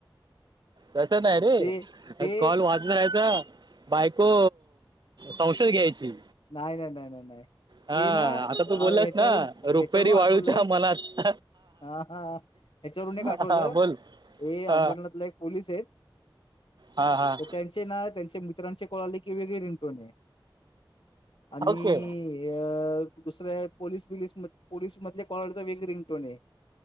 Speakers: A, on the right; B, on the left.
A: तसं नाही रे
B: ते ते
A: अ कॉल वाजला याचा बायको संशय घ्यायची.
B: नाही नाही नाय नाय नाय
A: हा
B: ते ना
A: आता तू
B: आ
A: बोललास
B: ह्याच्यावरून
A: ना
B: ह्याच्यावरून
A: रुपेरी वाळूच्या
B: आठवलं
A: मनात
B: हा हा हाच्यावरून एक
A: हा
B: आठवलं
A: हा बोल
B: ये अमरनाथला
A: हा
B: एक पोलीस आहेत.
A: हा हा.
B: त त्यांचे ना त्यांचे मित्रांचे कॉल आले की वेगळी रिंगटोन ये. आणि
A: ओके
B: ह्य दुसऱ्या पोलीस बिलीस मध पोलीस मधले कॉल तर वेगळी रिंगटोन ये.